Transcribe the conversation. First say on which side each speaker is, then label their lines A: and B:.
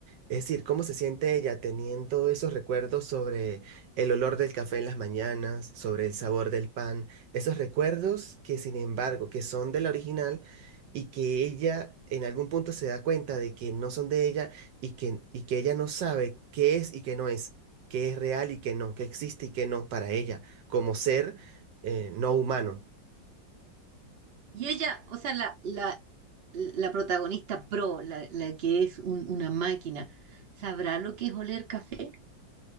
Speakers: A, on the right; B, on the right.
A: Es decir, ¿cómo se siente ella teniendo esos recuerdos sobre el olor del café en las mañanas, sobre el sabor del pan? Esos recuerdos que, sin embargo, que son de la original y que ella en algún punto se da cuenta de que no son de ella y que, y que ella no sabe qué es y qué no es, qué es real y qué no, qué existe y qué no para ella como ser eh, no humano.
B: Y ella, o sea, la, la la protagonista pro, la, la que es un- una máquina, ¿sabrá lo que es oler café?